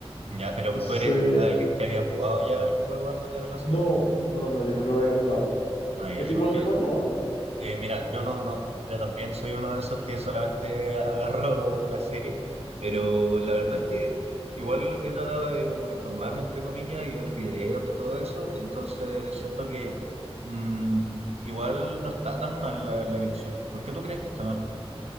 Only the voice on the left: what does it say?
No sé.
No, no, no, yo no lo había jugado.
¿Es
igual
el juego o no?